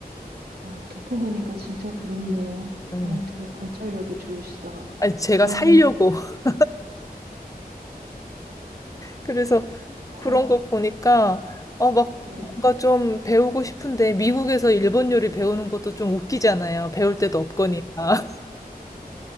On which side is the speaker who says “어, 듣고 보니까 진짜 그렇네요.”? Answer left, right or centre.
Right